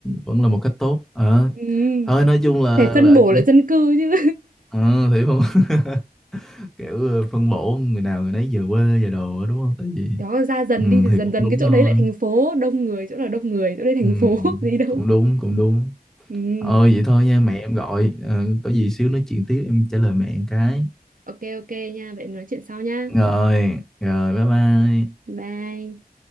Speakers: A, in the centre; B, on the right.
A: vẫn là một cách tốt Ờ,
B: ừ.
A: thôi nói chung là
B: phải phân
A: là
B: bổ lại dân cư chứ
A: <laughs> ờ, thì không <laughs> kiểu ờ, phân bổ người nào người nấy về quê về đồ á, đúng không tại
B: <laughs>
A: vì
B: đó ra dần
A: ừ,
B: đi thì
A: thì
B: dần
A: cũng
B: dần
A: đúng
B: cái chỗ
A: thôi
B: đấy lại thành phố đông người chỗ nào đông người chỗ đấy thành
A: ừ,
B: phố <laughs> gì đâu
A: cũng đúng cũng đúng
B: ừ.
A: ờ vậy thôi nha mẹ em gọi Ờ, có gì xíu nói chuyện tiếp em trả lời mẹ một cái
B: ok ok nha vậy nói chuyện sau nha
A: rồi rồi bye bye
B: bye